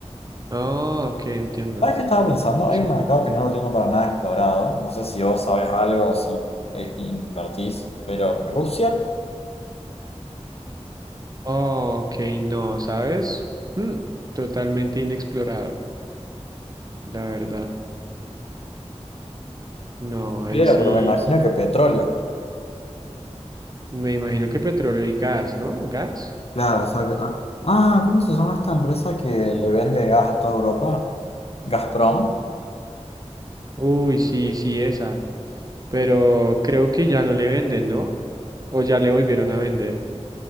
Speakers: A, on the right (about 35°); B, on the left (about 60°).
A: Ah, ok, entiendo.
B: ¿Sabes qué estaba pensando? Hay
A: Sí.
B: un mercado que no lo tengo para nada explorado, no sé si vos sabés algo o si eh, invertís, pero Rusia.
A: Oh, ok, no, ¿sabes? Mm, totalmente inexplorado, la verdad. No, ahí
B: Idea,
A: sí,
B: pero me imagino que petróleo.
A: me imagino que petróleo y gas, ¿no? ¿Gas?
B: Claro, exacto. Ah, ah, ¿cómo se llama esta empresa que le vende gas a toda Europa? ¿Gazprom?
A: Uy, sí, sí, esa. Pero creo que ya no le venden, ¿no? O ya le volvieron a vender.